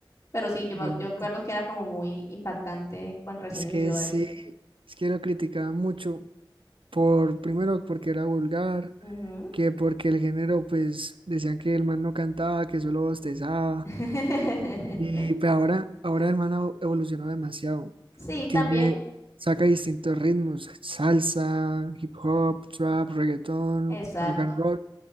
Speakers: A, on the left (about 35°); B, on the right (about 75°).
A: Pero sí, yo,
B: realmente.
A: me- yo recuerdo que era como muy impactante cuando recién
B: Es
A: inició
B: que sí,
A: él.
B: es que lo criticaban mucho por, primero porque era vulgar,
A: Ujú.
B: que porque el género, pues decían que el man no cantaba, que solo bostezaba.
A: <laughs>
B: Y pues ahora, ahora el man ha evolucionado demasiado.
A: Sí,
B: Tiene,
A: también,
B: saca distintos ritmos, salsa, hip hop, trap, reggaetón,
A: exacto.
B: rock and roll.